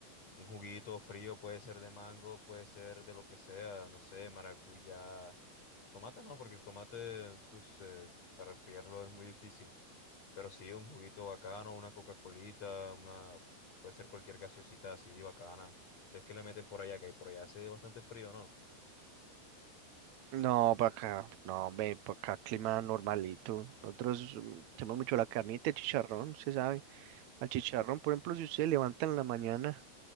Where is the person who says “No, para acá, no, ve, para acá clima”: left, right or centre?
Right